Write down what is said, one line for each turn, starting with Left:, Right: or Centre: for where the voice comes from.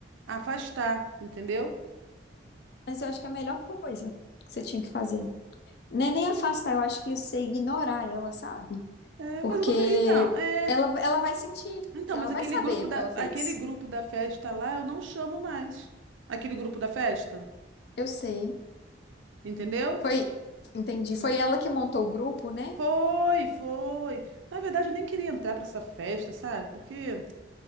Right: afastar, entendeu?
Left: Mas eu acho que é a melhor coisa que você tinha que fazer. Não é nem afastar, eu acho que você ignorar ela, sabe?
Right: É,
Left: Porque
Right: mas eu tô, pe- então, é,
Left: ela, ela vai sentir,
Right: então,
Left: que
Right: mas
Left: ela
Right: aquele
Left: vai saber
Right: grupo da,
Left: o que ela fez.
Right: aquele grupo da festa lá, eu não chamo mais. Aquele grupo da festa,
Left: Eu sei.
Right: entendeu?
Left: Foi, entendi. Foi ela que montou o grupo, né?
Right: Foi, foi. Na verdade, eu nem queria entrar para essa festa, sabe? Porque